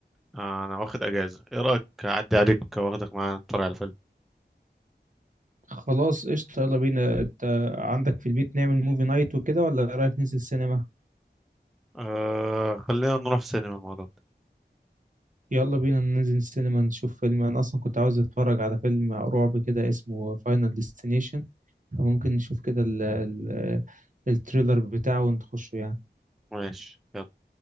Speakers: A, in the centre; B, on the right.
A: آه، انا واخد اجازه ايه رايك اعدي عليك واخدك معايا نتفرج على فيلم
B: خلاص قشطة يلا بينا انت عندك في البيت نعمل موفي نايت وكده ولا رايك ننزل السينما
A: آه خلينا نروح سينما المرة دي.
B: يلا بينا ننزل السينما نشوف فيلم انا اصلا كنت عاوز اتفرج على فيلم رعب كده اسمه فاينل ديستنيشن فممكن نشوف كده ال ال التريلر بتاعه ونخشه يعني
A: ماشي يلا